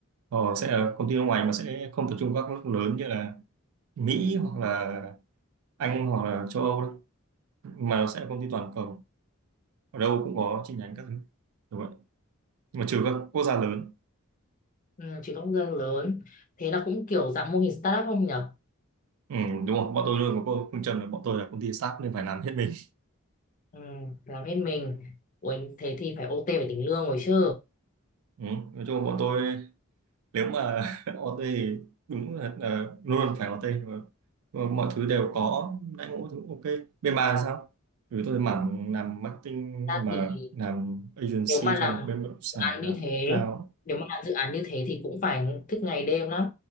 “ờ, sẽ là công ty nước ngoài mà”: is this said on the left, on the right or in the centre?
Right